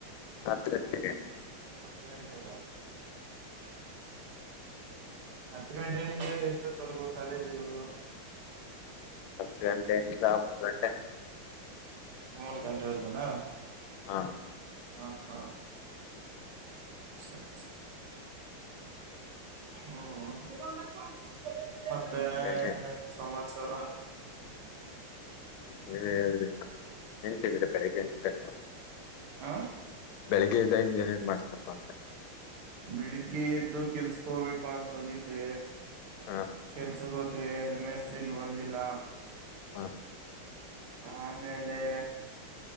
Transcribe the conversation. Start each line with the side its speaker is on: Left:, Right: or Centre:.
Left: ಹತ್ತ ಗಂಟೆಗೆ.
Right: ಹತ್ತು ಗಂಟೆಗ ಹತ್ತು ಗಂಟೆಯಿಂದ ಎಷ್ಟೊತ್ತವರ್ಗೂ ಕಾಲೇಜ್ ಇರೋದು.
Left: ಹತ್ತು ಗಂಟೆಯಿಂದ ಮೂರು ಗಂಟೆ.
Right: ಮೂರು ಗಂಟೆ ವರೆಗೂ ನ
Left: ಹಾ
Right: ಹಾ ಹಾ ಸರಿ ಸರಿ ಹ್ಮ್ ಹ್ಮ್ ಮತ್ತೆ
Left: ಸರಿ
Right: ಇನ್ನೇನು ಸಮಾಚಾರ.
Left: ನೀವೇ ಹೇಳ್ಬೇಕು, ಏನ್ ತಿಂದ್ರಿ ಬೆಳಗ್ಗೆಯಿನ್ <unintelligible>
Right: ಹಾ
Left: ಬೆಳಿಗ್ಗೆ ಎದ್ದಗ್ ಇನ್ನೇನು ಮಾಡ್ತಾರಪ್ಪ ಅಂದೆ.
Right: ಬೆಳಗ್ಗೆ ಎದ್ದು ಕೆಲಸಕ್ಕೆ ಹೋಗಬೇಕು ಅಂತ ಹೋಗಿದ್ ಯೆ
Left: ಹಾ
Right: ಕೆಲ್ಸ ಹೋದ್ ಅಲ್ಲಿ ಮೆಸ್ತ್ರೀನು ಬಂದಿಲ್ಲ.
Left: ಹಾ
Right: ಆಮೇಲೆ